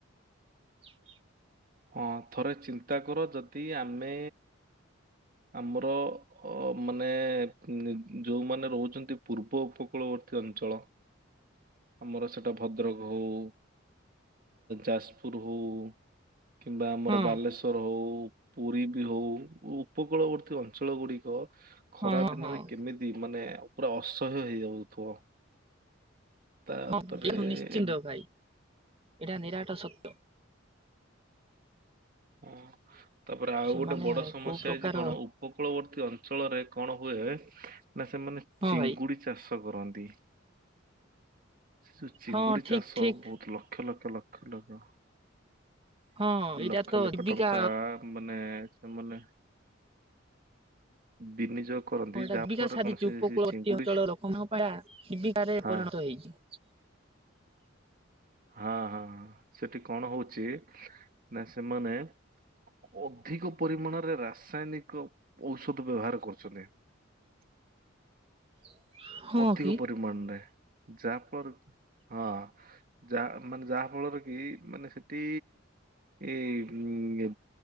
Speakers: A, on the right; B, on the right.
A: ହ। <inaudible>
B: ହଁ ଥରେ ଚିନ୍ତା କର ଯଦି ଆମେ ଆମର ଅ ମାନେ ଯୋଉମାନେ ରହୁଛନ୍ତି ପୂର୍ବ ଉପକୂଳବର୍ତ୍ତୀ ଅଞ୍ଚଳ
A: ଆ <inaudible>
B: ଆମର ସେଟା ଭଦ୍ରକ ହଉ, ଯାଜପୁର ହଉ କିମ୍ବା ଆମର
A: ହଁ
B: ବାଲେଶ୍ୱର ହଉ ପୁରୀ ବି ହଉ ଉପକୂଳବର୍ତ୍ତୀ ଅଞ୍ଚଳ ଗୁଡ଼ିକ ଖରା
A: ହଁ
B: ଦିନରେ
A: ହଁ
B: କେମିତି ମାନେ ପୁରା ଅସହ୍ୟ ହେଇଯାଉଥିବ। ତାପରେ
A: ହଁ ବ ନିଶ୍ଚିନ୍ତ
B: ଏବ୍-
A: ଭାଇ ଏଇଟା ନିରାଟ ସତ୍ୟ।
B: ହଁ ତାପରେ ଆଉ
A: ସେମାନେ
B: ଗୋଟେ ବଡ ସମସ୍ୟା
A: କୋଉ ପ୍ରକାର
B: ହେଇଛି କଣ? ଉପକୂଳବର୍ତ୍ତୀ ଅଞ୍ଚଳରେ କଣ ହୁଏ ନା ସେମାନେ
A: ହଁ
B: ଚିଙ୍ଗୁଡି
A: ଭାଇ
B: ଚାଷ କରନ୍ତି। ସେ ଯୋଉ ଚିଙ୍ଗୁଡି
A: ହଁ ଠିକ
B: ଚାଷ
A: ଠିକ
B: ବହୁତ ଲକ୍ଷ ଲକ୍ଷ ଲକ୍ଷ ଲକ୍ଷ
A: ହଁ ଏଇଟା
B: ଲକ୍ଷ
A: ତ
B: ଲକ୍ଷ
A: ଜୀବିକା
B: ଟଙ୍କା ମାନେ ସେ ବିନିଯୋଗ କରନ୍ତି
A: ହଁ ଏଇଟା
B: ଯାହା
A: ଜୀବିକା
B: ଫଳରେ
A: ସାଜିଛି
B: କଣ ସେ
A: ଉପକୂଳବର୍ତ୍ତୀ
B: ଚିଙ୍ଗୁଡି
A: ଅଞ୍ଚଳ ଲୋକମାନଙ୍କା ଜୀବିକାରେ
B: ହଁ
A: ପରିଣତ ହେଇଛି।
B: ହଁ ହଁ ସେଠି କଣ ହଉଛି ନା ସେମାନେ ଅଧିକ ପରିମାଣରେ ରାସାୟନିକ ଔଷଧ ବ୍ୟବହାର କରୁଛନ୍ତି।
A: <inaudible>
B: ଅଧିକ
A: କି
B: ପରିମାଣରେ ଯାହାଫଳରେ ହଁ। ଯାହା ମାନେ ଯାହା ଫଳରେ କି ମାନେ ସେଠି ଏଇ ଉ